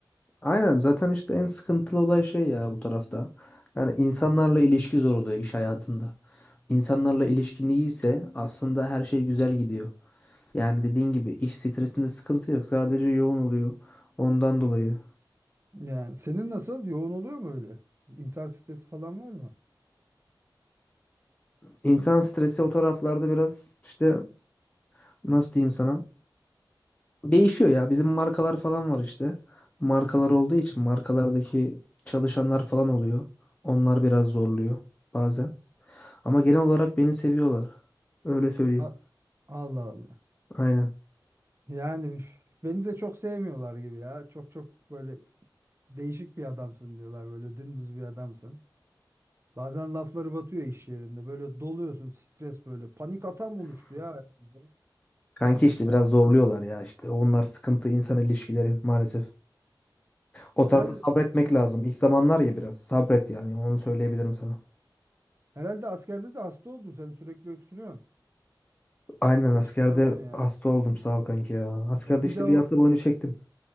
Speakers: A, on the left; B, on the right.
A: Aynen zaten işte en sıkıntılı olay şey ya bu tarafta. Yani insanlarla ilişki zor oluyor iş hayatında. İnsanlarla ilişkin iyiyse aslında her şey güzel gidiyor. Yani dediğin gibi iş stresinde sıkıntı yok. Sadece yoğun oluyor. Ondan dolayı.
B: Yani senin nasıl? Yoğun oluyor mu öyle? İnsan stresi falan var mı?
A: İnsan stresi o taraflarda biraz işte nasıl diyeyim sana? Değişiyor ya. Bizim markalar falan var işte. Markalar olduğu için markalardaki çalışanlar falan oluyor. Onlar biraz zorluyor bazen. Ama genel olarak beni seviyorlar. Öyle söyleyeyim.
B: A- Allah Allah.
A: Aynen.
B: Yani beni de çok sevmiyorlar gibi ya. Çok çok böyle değişik bir adamsın diyorlar böyle dümdüz bir adamsın. Bazen lafları batıyor iş yerinde. Böyle doluyorsun stres böyle. Panik atam oluştu ya. herhalde.
A: Kanki işte
B: Ya,
A: biraz zorluyorlar ya işte. Onlar sıkıntı insan ilişkileri maalesef. O
B: herhalde,
A: tarafta sabretmek lazım. İlk zamanlar ya biraz sabret yani onu söyleyebilirim sana.
B: herhalde askerde de hasta oldun sen sürekli öksürüyorsun.
A: Aynen
B: Geçmiş
A: askerde
B: olsun ya.
A: hasta oldum sağ ol kanki ya. Askerde
B: Bir
A: işte
B: de o
A: bir hafta boyunca çektim.